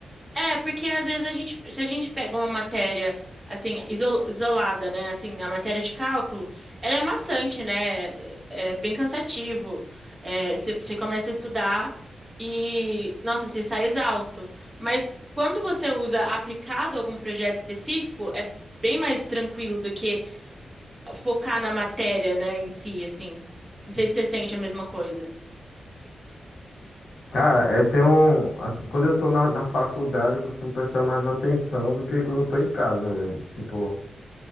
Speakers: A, on the right; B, on the left.
A: É, porque às vezes a gente, se a gente pega uma matéria assim isol- isolada, né, assim a matéria de cálculo, ela é maçante, né? É bem cansativo. É, você você começa a estudar e, nossa, você sai exausto. Mas quando você usa aplicado a algum projeto específico, é bem mais tranquilo do que focar na matéria, né, em si, assim. Não sei se você sente a mesma coisa.
B: Cara, eu tenho, um- assim, quando eu tô na, na faculdade, eu costumo prestar mais atenção do que quando eu tô em casa, velho. Tipo.